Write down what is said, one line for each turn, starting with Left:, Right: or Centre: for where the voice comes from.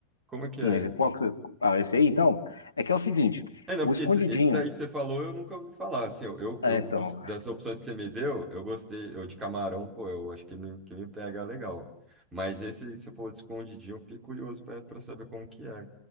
Right: Como é que
Left: Sim,
Right: é?
Left: é, qual que você... Ah, esse aí, então? É que é o seguinte,
Right: É, não,
Left: o
Right: porque
Left: escondidinho...
Right: esse, esse daí que você falou eu nunca ouvi falar. Assim, eu, eu,
Left: É,
Right: eu-
Left: então,
Right: dos- das opções que você me deu, eu gostei. Eu de camarão, pô, eu acho que me, que me pega legal. Mas esse, que você falou de escondidinho, eu fiquei curioso para pra saber como que é.